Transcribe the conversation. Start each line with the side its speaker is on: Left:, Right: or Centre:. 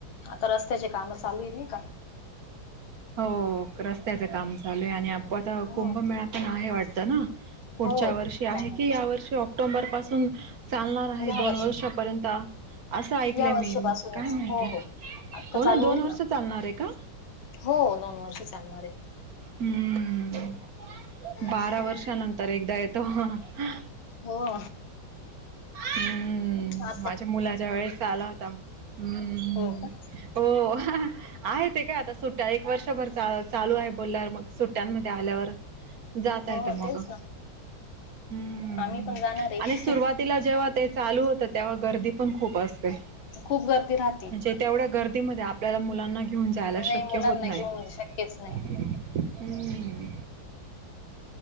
Left: आता रस्त्याचे काम चालू आहे. नाही का.
Right: हो रस्त्याच काम चालू आहे आणि आता
Left: हम्म
Right: कुंभमेळा पण आहे.. वाटत ना पुढच्या
Left: हो
Right: वर्षी
Left: त्यामुळे
Right: आहे की या वर्षी ऑक्टोबर पासून... चालणार आहे
Left: या
Right: दोन
Left: वर्षी
Right: वर्षापर्यंत. असं ऐकलंय
Left: या वर्षापासूनच
Right: मी मग काय माहिती
Left: हो हो आत्ता
Right: हो
Left: चालू
Right: दोन
Left: होईल
Right: वर्ष
Left: ना.
Right: चालणार आहे का
Left: हो दोन वर्ष चालणार ये.
Right: हम्म बारा
Left: आहे
Right: वर्षा नंतर एकदा येतो हा हा.
Left: हो.
Right: <unintelligible>
Left: हा.
Right: माझ्या मुलाच्या वेळेस आला होता. हम्म
Left: हो का
Right: हो आहे ते का आता सुट्ट्या एक वर्ष भर.. शाळा चालू आहे बोलल्यावर मग सुट्टयान मध्ये आल्यावर जाता
Left: हो
Right: येतं मग.
Left: तेच ना
Right: हम्म
Left: आम्ही पण जाणार आहे
Right: आणि सुरुवातीला जेव्हा ते चालू हो तं तेव्हा गर्दी पण खूप असते म्हणजे
Left: खूप गर्दी राहते
Right: तेवढ्या गर्दीमध्ये आपल्याला मुलांना घेऊन जायला शक्य
Left: नाही मुलांना
Right: होत नाही.
Left: घेऊन शक्यच नाही
Right: हम्म.